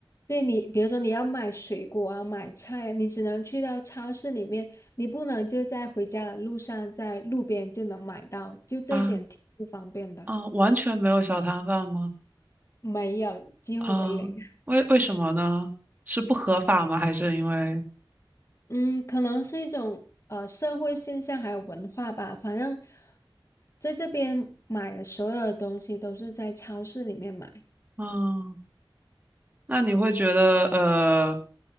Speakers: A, on the left (about 35°); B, on the right (about 20°).
A: 对你，比如说你要买水果啊、买菜啊，你只能去到超市里面，你不能就在回家的路上，在路边就能买到，就这一点挺不方便的，
B: 啊啊，完全没有小摊贩吗？
A: 没有，几乎为零。
B: 啊，为为什么呢？是不合法吗？还是因为，
A: 嗯，可能是一种呃社会现象，还有文化吧。反正在这边买的所有的东西都是在超市里面买。
B: 嗯，那你会觉得，呃，